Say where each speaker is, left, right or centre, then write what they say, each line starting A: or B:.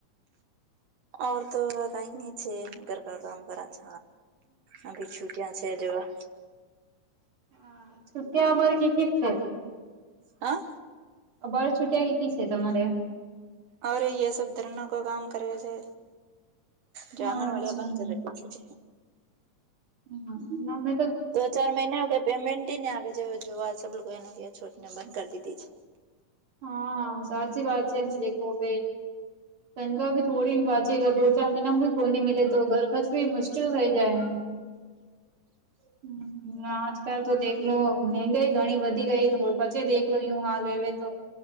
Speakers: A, on the right; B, on the right.
A: ઓર તો કઈ ન છે ઘર કા કામ કરા છ. હવે છુટિયા છે જેવા
B: હ છુટબર કે છે <inaudible>
A: હ
B: બર છૂટિયા કેકી છે તમારે?
A: અ એ સબ ધરણ કો કામ કરે છે. જ આંગણવાડીયા
B: અચ્છા
A: બંધ ચ
B: હમ્મ
A: દો ચાર મહિના ક પેમેન્ટને આવે છે જોવા સ લોકો એને ક છોટને બંધ કરી દીધી છ.
B: હા સાચી વાત છે એમ કોબ તંગા ભી થોડી ને વાંચેા દો ચાર મહિના કો ન મિેલે તો ઘર ખર્ચ ભી મુશ્કલ રહી જાય <unintelligible> હ આજ કાલ તો દેખલો મંગાઈ ઘણી વધી ગઈ પછી દેખલો યું હાલ હવે તો